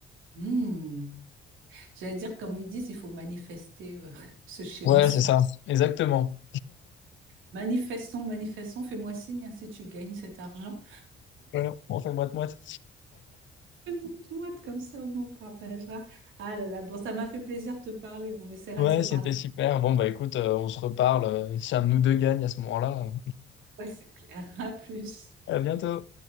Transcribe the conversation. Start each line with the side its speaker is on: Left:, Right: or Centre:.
Right: Hmm. J'allais dire, comme ils disent, il faut manifester euh, <laughs> ce schéma
Left: Ouais,
Right: sur...
Left: c'est ça, exactement.
Right: Manifestons, manifestons, fais-moi signe hein, si tu gagnes cet argent.
Left: Ouais, bon, on fait moite-moite.
Right: Mouette-mouette, comme ça, au moins, on partagera. Ah là là, bon, ça m'a fait plaisir de te parler. On essaiera
Left: Ouais,
Right: de se parler
Left: c'était
Right: un
Left: super. Bon, bah écoute, euh, on se reparle. euh, si un de nous deux gagne à ce moment-là,
Right: peu. Ouais, c'est clair. <laughs> À plus.
Left: euh. à bientôt.